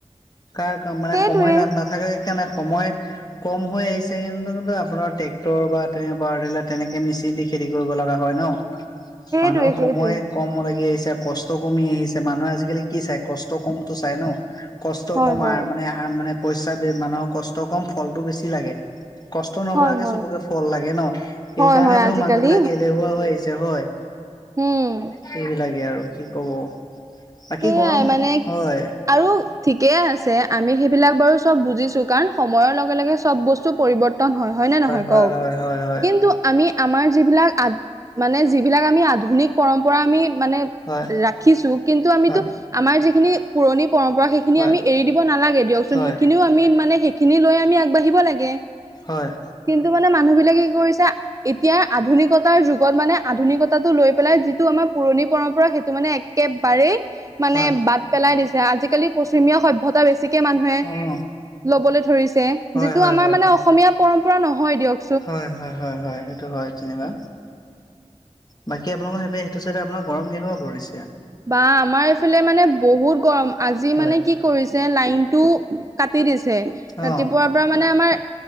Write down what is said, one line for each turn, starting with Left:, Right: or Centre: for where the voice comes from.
Left: কাৰ মানে
Right: সেইটোৱে
Left: সময় ন নাথাকে সেইকাৰণে সময়, কম হৈ আহিছে ত না না কিন্তু আপোনাৰ ট্ৰেক্টৰ বা তেনে পাৱাৰ টিলাৰ তেনেকে মেচিন দি খেতি কৰিব লগা হয় ন।
Right: সেইটোৱে
Left: মানুহৰ
Right: সেইটোৱে
Left: সময় কম লাগি আহিছে কষ্ট কমি আহিছে। মানুহে আজিকালি কি চাই কষ্ট কমটো চাই ন কষ্ট
Right: হয়
Left: কম
Right: হয়
Left: মানে মানে পইচা মানুহৰ কষ্ট কম ফলটো বেছি লাগে। কষ্ট নকৰাকে
Right: হয় হয়
Left: চবকে ফল লাগে ন। সেইকাৰণে
Right: হয় হয়
Left: ধৰক
Right: আজিকালি
Left: মানুহ বিলাক এলেহুৱা হৈ আহিছে হয়।
Right: উমঁ!
Left: সেইবিলাকে আৰু কি ক'ব। বাকী
Right: সেইয়াই
Left: গৰম
Right: মানে,,,
Left: হয়।
Right: আৰু ঠিকেই আছে আমি সেইবিলাক চব বুজিছো কাৰণ সময়ৰ লগে লগে চব বস্তু,,,, পৰিৱৰ্তন হয় হয়নেে নহয়
Left: হয়
Right: কওক
Left: হয় হয় হয়
Right: কিন্তু! আমি আমাৰ যিবিলাক আ মানে যিবিলাক আমি আধুনিক পৰম্পৰা আমি মানে
Left: হয়
Right: ৰাখিছো কিন্তু আমিতো
Left: হয়
Right: আমাৰ যিখিনি পুৰণি পৰম্পৰা সেইখিনি
Left: হয়
Right: সিখিনি আমি এৰি দিব নালাগে দিয়কচোন
Left: হয়
Right: সেই
Left: হয়
Right: খিনিও মানে সেইখিনি লৈ আগবাঢ়ি,, থাকিব লাগে
Left: হয়
Right: কিন্তু মানে মানুহ বিলাকে কি কৰিছা এতিয়া আধুনিকতাৰ যুগত মানে আধুনিকতাটো লৈ পেলাই,,, টো আমাৰ পুৰণি পৰম্পৰা সেইটো মানে একেবাৰেই মানে
Left: হয়
Right: বাদ,, পেলাই দিছে আজিকালি পশ্চিমীয়া সভ্যতা বেছিকৈ বেছিকৈ মানুহে
Left: উম
Right: লবলৈ ধৰিছে
Left: হয়
Right: যিটো
Left: হয়
Right: আমাৰ মানে অসমীয়া পৰম্পৰা নহয় দিয়ক।
Left: হয়ঁ হয়ঁ হয়ঁ হয়ঁ সেইটো হয়ঁ। যেনিবা বাকী আপোনালোকৰ সেইব সেইটো চাইতে আপোনাৰ গৰম কেনেকুৱা পৰিচে?
Right: বা আমাৰ এইফালে মানে বহুত গৰম আজি
Left: হয়
Right: মানে কি? কৰিছে লাইন টো কাটি দিছে
Left: অ
Right: ৰাতিপুৱাৰ পৰা পৰা মানে আমাৰ